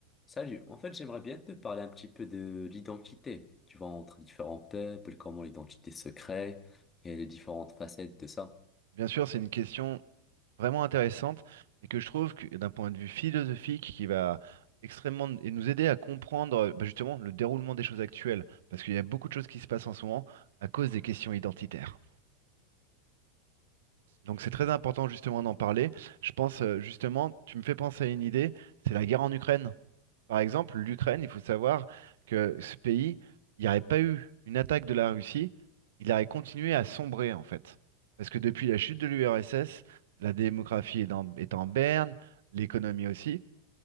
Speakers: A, on the left (about 20°); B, on the right (about 80°).
A: Salut, en fait j'aimerais bien te parler un petit peu de l'identité, tu vois, entre différents peuples, comment l'identité se crée et les différentes facettes de ça.
B: Bien sûr, c'est une question vraiment intéressante et que je trouve que d'un point de vue philosophique qui va extrêmement et nous aider à comprendre euh, bah, justement le déroulement des choses actuelles, parce qu'il y a beaucoup de choses qui se passent en ce moment à cause des questions identitaires. Donc c'est très important justement d'en parler. Je pense euh, justement, tu me fais penser à une idée, c'est la guerre en Ukraine. Par exemple, l'Ukraine, il faut savoir que ce pays, il n'y aurait pas eu une attaque de la Russie, il aurait continué à sombrer en fait. Parce que depuis la chute de l'URSS, la démographie est en, est en berne, l'économie aussi,